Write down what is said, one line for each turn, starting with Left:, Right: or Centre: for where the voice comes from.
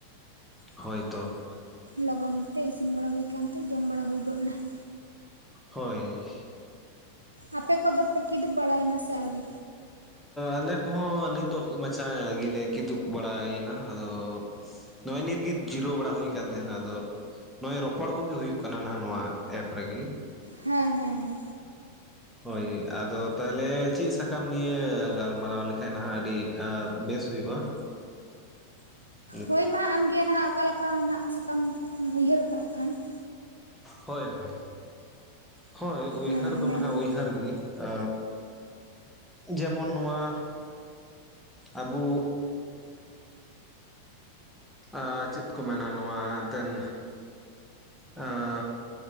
Centre: ᱦᱳᱭᱛᱚ
Right: ᱞᱚᱜᱚᱱ ᱛᱮ ᱤᱥᱤᱱ ᱵᱟᱲᱟ ᱦᱩᱭ ᱠᱟᱱᱛᱮ ᱡᱚᱢ ᱵᱟᱲᱟ ᱦᱩᱭ ᱜᱚᱜ ᱱᱟ ᱾
Centre: ᱦᱳᱭ
Right: ᱟᱯᱮ ᱠᱚᱫᱚ ᱯᱮ ᱠᱤᱫᱩᱵ ᱵᱟᱲᱟᱭᱮᱱᱟ ᱥᱮ ᱟᱹᱣᱨᱤ?
Centre: ᱟᱞᱮ ᱠᱚᱸᱦᱚ ᱱᱤᱛᱚᱜ ᱢᱟᱪᱷᱟ ᱜᱮᱞᱮ ᱠᱤᱫᱩᱵ ᱵᱟᱲᱟᱭᱮᱱᱟ ᱾ ᱟᱫᱚ ᱱᱚᱜᱼᱚᱭ ᱱᱤᱛᱜᱮ ᱡᱤᱨᱟᱹᱣ ᱵᱟᱲᱟ ᱦᱩᱭ ᱠᱟᱱ ᱛᱟᱦᱮᱱ ᱟᱫᱚ ᱾ ᱱᱚᱜᱼᱚᱭ ᱨᱚᱯᱚᱲ ᱠᱚᱜᱮ ᱦᱩᱭᱩᱜ ᱠᱟᱱᱟ ᱱᱟᱦᱟᱜ ᱱᱚᱣᱟ ᱮᱯ ᱨᱮᱜᱮ ᱾
Right: ᱦᱮᱸ ᱻᱦᱮᱸ
Centre: ᱦᱳᱭ ᱟᱫᱚ ᱛᱟᱦᱚᱞᱮ ᱪᱮᱫ ᱥᱟᱠᱟᱢ ᱱᱤᱭᱟᱹ ᱜᱟᱞᱢᱟᱨᱟᱣ ᱞᱮᱠᱷᱟᱡ ᱱᱟᱦᱟᱜ ᱟᱹᱰᱤ ᱵᱮᱥ ᱦᱩᱭᱩᱜᱼᱟ ᱾ <inaudible>
Right: ᱦᱳᱭ ᱢᱟ ᱟᱢᱜᱮ ᱱᱟᱦᱟᱜ ᱚᱠᱟ ᱞᱮᱠᱟ, ᱱᱟᱜ ᱥᱟᱠᱟᱢ ᱩᱭᱦᱟᱹᱨ ᱠᱟᱜ ᱠᱷᱟᱱ ᱾
Centre: ᱦᱳᱭ ᱻᱦᱳᱭ, ᱦᱳᱭ ᱩᱭᱦᱟᱹᱨ
Right: ᱦᱮᱸ
Centre: ᱫᱚ
Right: ᱢᱮᱱ
Centre: ᱱᱟᱦᱟᱜ
Right: ᱢᱮ
Centre: ᱩᱭᱦᱟᱹᱨ ᱜᱤ ᱾ ᱟ ᱡᱮᱢᱚᱱ ᱱᱚᱣᱟ ᱟᱵᱩ ᱟᱨ ᱪᱮᱫ ᱠᱚ ᱢᱮᱱᱟ, ᱱᱚᱣᱟ ᱮᱱᱛᱮᱫ ᱟᱨ <unintelligible>